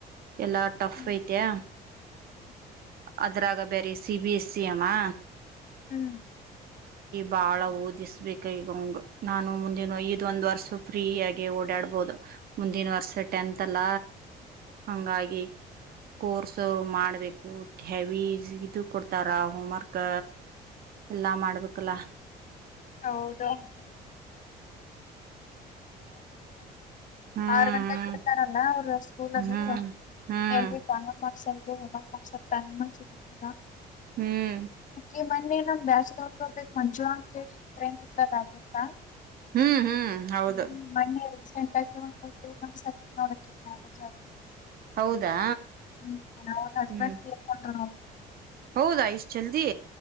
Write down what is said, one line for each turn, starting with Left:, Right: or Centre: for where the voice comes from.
Right: ಎಲ್ಲಾ ಟಫ್
Left: ಹ್ಮ್
Right: ಐತೆ
Left: <inaudible>
Right: ಅದ್ರಾಗ ಬೇರೆ ಸಿ ಬಿ ಅವಾ.
Left: ಹ್ಮ್
Right: ಬಾಳ ಓದಿಸ್ಬೇಕ ಈಗ ಅವಂಗ ನಾನು ಮುಂದಿನ ಇದ ಒಂದ್ ವರ್ಷ ಫ್ರೀ ಆಗಿ ಓಡಾಡ್ಬಹದು ಮುಂದಿನ ವರ್ಷ ಟೆಂತ್ ಅಲ್ಲ. ಹಂಗಾಗಿ. ಕೋರ್ಸ್ ಅವರು ಮಾಡ್ಬೇಕು. ಹೆವಿ ಈಸಿ ಇದು ಕೊಡ್ತಾರ ಹೋಮ್ವರ್ಕ್ ಎಲ್ಲಾ ಮಾಡ್ಬೇಕಲ್ಲ.
Left: <unintelligible>
Right: ಹ್ಮ್
Left: ಆರ್ ಗಂಟೆಗ್ ಬಿಡ್ತಾರಲ್ಲ ಅವರ ಸ್ಕೂಲ್
Right: ಹ್ಮ್
Left: ಅದು <unintelligible>
Right: ಹ್ಮ್ ಹ್ಮ್
Left: ಈ ಮನ್ನೇ ನಮ್ ಬ್ಯಾಸ ತಗೊಂಡ್ಕೋಗ್ಬೇಕು ಮಂಜುಳ ಅಂತೇಳಿ. <inaudible>
Right: ಹ್ಮ್ ಹ್ಮ್ ಹೌದು.
Left: ಹ್ಮ್ ಮೊನ್ನೆ ರೀಸೆಂಟ್ ಆಗಿ ಒಂದ ಟೂ ಮಂತ್ಸ್ ಆಗಿತ್ತ ನೋಡ ಮ್ಯಾರೇಜ್ ಆಗಿ.
Right: ಹೌದಾ
Left: ಹ್ಮ್, ಅವ್ರ ಹಸ್ಬೆಂಡ್
Right: ಹ್ಮ್.
Left: ತೀರ್ಕೊಂಡ್ರು ನೋಡ್ರಿ
Right: ಹೌದಾ ಇಷ್ಟ್ ಜಲ್ದಿ.